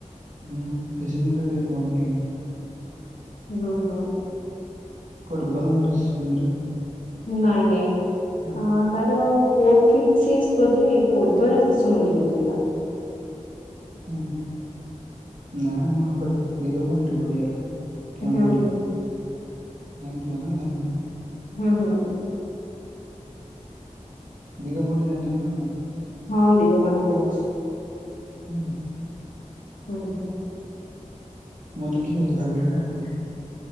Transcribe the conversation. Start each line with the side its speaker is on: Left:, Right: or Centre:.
Right: ନା ଶିଶୁ ମୁୁଣ୍ଡରେ କେବେ ପଢିନି।
Left: ହୁଁ ହୁଁ।
Right: କୁଆଡେ ବରହମପୁର ଶିଶୁମନ୍ଦିର <unintelligible>
Left: ନାଇଁ ନାଇଁ।
Right: ହଁ। <unintelligible>
Left: ଅ ତାର ଫଥ କି ଶିକ୍ସର୍ଥ ବୋଧେ କୋଦଳା ଶିଶୁ ମନ୍ଦିର ଥିଲା। <inaudible>
Right: ଉଁ ହୁଁ ନା ମୁଁ ଏପଡେ ଦିଗ ପହଣ୍ଡି ପଡିଆ ରେ। ଖେମୁଣ୍ଡି
Left: ହୁଁ ହୁଁ
Right: ଜାଣିଥିବ ନା ଜାଣନ?
Left: ହୁଁ ହୁଁ।
Right: ଦୀଗ ପହଣ୍ଡି ଯାଣିଛନ୍ତି ନା ନାଇଁ?
Left: ହଁ ଦିଗ ପହଣ୍ଡି ଜାଣ୍ଚି।
Right: ହୁଁ ହୁଁ।
Left: ପୁଣି ଯୋଉ
Right: ମୁଁ ଦୁଖୀ ବୋଲି ଭାବିଲ ନା କଣ?